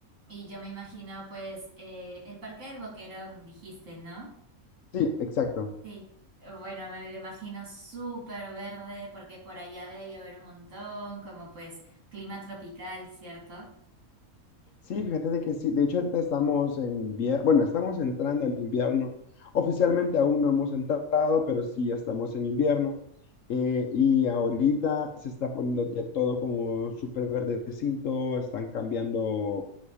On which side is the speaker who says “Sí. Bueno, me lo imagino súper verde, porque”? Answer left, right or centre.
Right